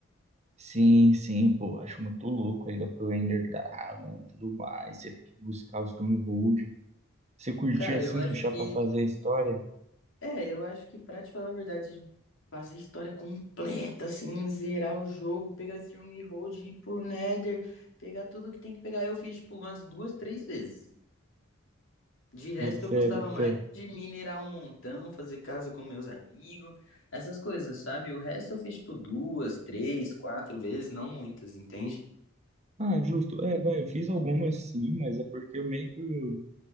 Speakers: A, on the right; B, on the left.
A: Sim, sim, pô, acho muito louco ainda pro Ender Dragon e tudo mais. Você tem que buscar os stronghold, Você curtir
B: Cara,
A: assim,
B: eu acho
A: puxar
B: que.
A: pra fazer a história?
B: É, eu acho que pra te falar a verdade, fazer história completa, assim, zerar o jogo, pegar Strong Hold, ir por Nether, pegar tudo que tem que pegar. Eu fiz, tipo, umas duas, três vezes. De resto,
A: Boto
B: eu
A: fé,
B: gostava
A: boto
B: mais
A: fé.
B: de minerar um montão, fazer casa com meus amigos, essas coisas, sabe? O resto eu fiz, tipo, duas, três, quatro vezes, não muitas, entende?
A: Ah, justo. É, vai, eu fiz algumas sim, mas é porque eu meio que,